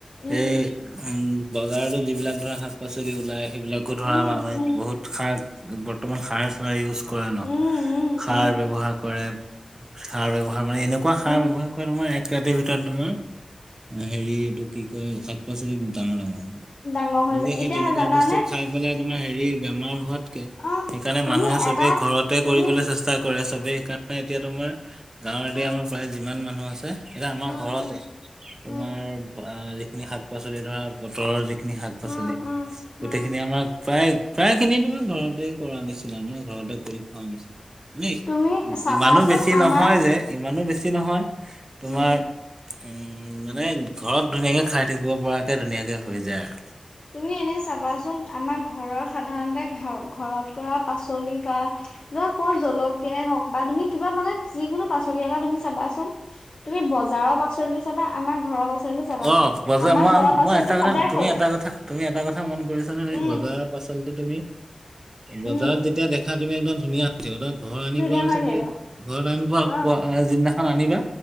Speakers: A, on the left; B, on the right.
A: উম
B: এই উম বজাৰতো যিবিলাক ধৰা শাক পাচলি ওলাই সেইবিলাকো ধৰা
A: উম
B: মানে
A: উম
B: বহুত সাৰ বৰ্তমান সাৰ চাৰ ইউজ কৰে ন,
A: উম উম
B: সাৰ
A: উম
B: ব্য্ৱহাৰ কৰে। সাৰ ব ব্যৱহাৰ মানে এনেকুৱা সাৰ
A: উম
B: ব্যৱহাৰ তোমাৰ এক ৰাতিৰ ভিতৰত তোমাৰ, হেৰি এইটো কি কয় শাক পাচলি ডাঙৰ ডাঙৰ
A: ডাঙৰ
B: গতিকে
A: হৈ যায়,
B: সেই
A: এতিয়া
B: তেনেকুৱা
A: জানে
B: বস্তু খাই পেলাই তোমাৰ হেৰি বেমাৰ হোৱাতকে,
A: অ
B: সেইকাৰণে
A: তুমি
B: মানুহে চবে
A: এটা
B: ঘৰতে
A: তুমি
B: কৰিবলৈ চেষ্টা কৰে চবেই সেইকাৰণে এতিয়া তোমাৰ, গাঁৱ এ দয়া
A: উম
B: আমাৰ প্ৰায় যিমান মানুহ আছে। এতিয়া আমাৰ
A: উম
B: ঘৰতে,
A: উম
B: তোমাৰ
A: উম
B: যিখিনি শাক পাচলি ধৰা বতৰৰ যিন চিকনি শাক পাচলি
A: উম উম
B: গোটেইখিনি
A: উম
B: আমাক প্ৰায় প্ৰায় খিনি তোমাৰ ঘৰতে কৰা নিচিনা মানে ঘৰতে কৰি খোৱা নিচিনা। মানে
A: তুমি চাবাচোন
B: ইমানো বেছি
A: আমাৰ
B: নহয় যে ইমানো বেছি নহয়, তোমাৰ
A: উম
B: উম মানে ঘৰত ধুনীয়াকে খাই থাকিব পৰাকে ধুনীয়াকে হৈ যায় আৰু।
A: তুমি এনে চাবাচোন আমাৰ ঘৰৰ সাধাৰণতে ঘ ঘৰত কৰা পাচলি বা ধ সৰু জলকীয়াই হওক বা তুমি কিবা মানে যিকোনো পাচলি এটা তুমি চাবাচোন। তুমি বজাৰৰ পাচলি চাবা, আমাৰ ঘৰৰ পাচলি চাবা
B: অ বজাৰ
A: আমাৰ
B: মই
A: ঘৰৰ পাচলি
B: মই এটা কথা
A: সদায়
B: তুমি
A: সৰু।
B: এটা কথা তুমি এটা কথা মন কৰিছা নে, তুমি
A: উম
B: বজাৰৰ পাচলো তুমি
A: উম
B: বজাৰত যেতিয়া দে া তুমি একদম ধুনীয়া আনিছ ত ঘৰত আনি
A: ধুনীয়া
B: পোৱা পিছত
A: হৈ থাকিব
B: তুমি ঘৰত আন পোৱা
A: আহ
B: প যিদিনাখন আনিবা।